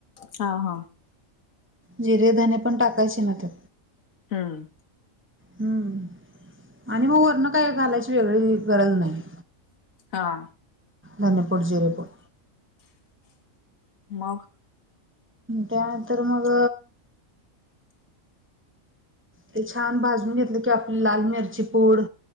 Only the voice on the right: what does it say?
जिरे, धने पण टाकायचे ना ते.
हम्म. आणि मग वरनं काय घालायची वेगळी गरज नाही.
धनेपूड, जिरेपूड
त्यानंतर मग ते छान भाजून घेतलं की आपली लाल मिरची पूड